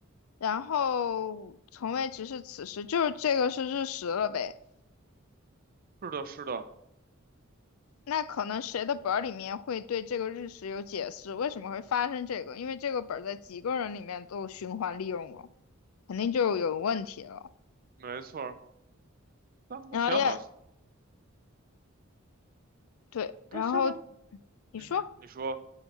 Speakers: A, on the left; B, on the right.
A: 然后从未直视此时，就是这个是日食了呗。
B: 是的，是的，
A: 那可能谁的本儿里面会对这个日食有解释，为什么会发生这个？因为这个本儿在几个人里面都循环利用了，肯定就有问题了。
B: 没错儿。但目前好像，
A: 然后要对，
B: 但现在，
A: 然后你说，
B: 嗯哼，你说，